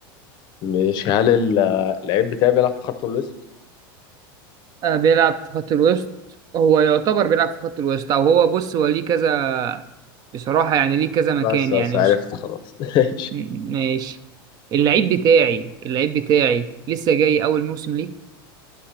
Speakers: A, on the left (about 35°); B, on the right (about 30°).
A: ماشي هل ال- اللعيب بتاعي بيلعب في خط الوسط؟
B: آه بيلعب في خط الوسط هو يعتبر بيلعب في خط الوسط او هو بص هو ليه كذا بصراحه يعني ليه كذا مكان
A: بس بس
B: يعني
A: عرفت
B: مش
A: خلاص <laughs> ماشي
B: م- ماشي اللعيب بتاعي اللعيب بتاعي لسه جاي اول موسم ليه